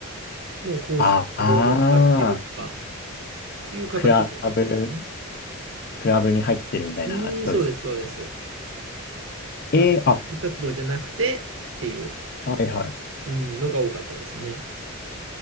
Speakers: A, on the right; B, on the left.
A: もう公式のボールを使ってるとか
B: ああ、
A: いう形が多かったですね。
B: クラブクラブに入ってるみたいな人ですかね
A: うーん、そうです、そうです。
B: えー、
A: 学部活動じゃなくてっていう、
B: あ、はいはい。
A: うん、のが多かったですね。